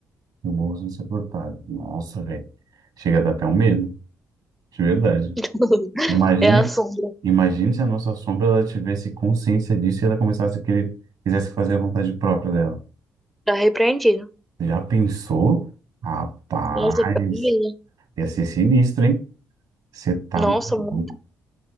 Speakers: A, on the right; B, in the centre.
A: e morro sem ser cortado. Nossa, velho. Chega a dar até um medo, de verdade.
B: <laughs>
A: Imagine,
B: É a sombra.
A: imagine se a nossa sombra ela tivesse consciência disso e ela começasse a querer, quisesse fazer a vontade própria dela.
B: Tá repreendido.
A: Já pensou? Rapaz,
B: Nossa, pra mim, né?
A: ia ser sinistro, hein? Você tá
B: Nossa,
A: maluco,
B: muito